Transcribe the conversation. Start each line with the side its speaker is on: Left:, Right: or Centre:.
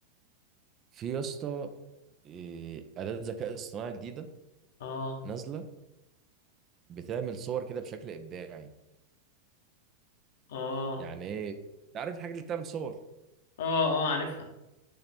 Right: في يا اسطى إيه، أداة ذكاء اصطناعي جديدة
Left: اه
Right: نازلة بتعمل صور كده بشكل إبداعي
Left: اه
Right: يعني ايه أنت عارف الحاجة اللي بتعمل صور
Left: اه اه عارفها